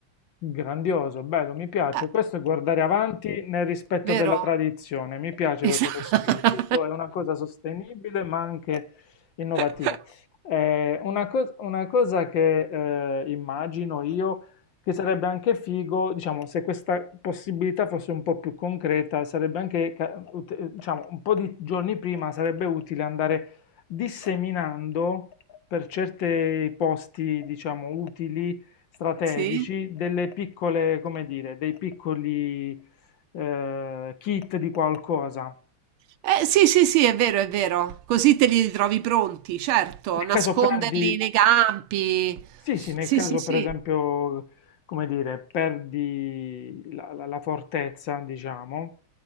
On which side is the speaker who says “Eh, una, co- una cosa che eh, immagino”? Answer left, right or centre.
Left